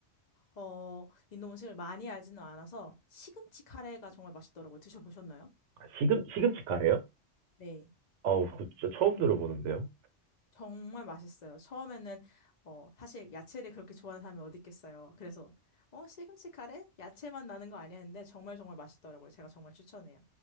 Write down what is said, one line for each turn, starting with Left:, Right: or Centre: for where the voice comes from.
Left: 어, 인도 음식을 많이 알지는 않아서 시금치 카레가 정말 맛있더라고요. 드셔보셨나요?
Right: 아, 시금, 시금치 카레요?
Left: 네.
Right: 아우, 그 진짜 처음 들어보는데요.
Left: 정말 맛있어요. 처음에는 어, 사실 야채를 그렇게 좋아하는 사람이 어디 있겠어요. 그래서 어, 시금치 카레? 야채만 나는 거 아니야 했는데 정말 정말 맛있더라고요. 제가 정말 추천해요.